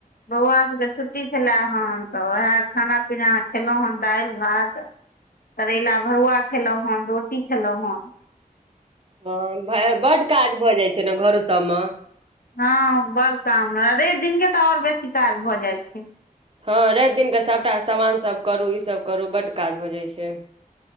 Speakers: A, on the left; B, on the right.
A: बौआ सभ केँ छुट्टी छले हेन तऽ उहै खाना पीना खेलौ हन दाइल भात करैला भरुआ खेलौ हन रोटी खेलौ हन
B: ह भै बड काज भऽ जाइ छै न घरो सब म
A: हँ बड़ काम रैव दिनकेँ तऽ औरबेसी काज भऽ जाइ छै
B: हं रवि दिन कऽ सभटा सामान सब करू ई सब करू बड काज भऽ जाइ छै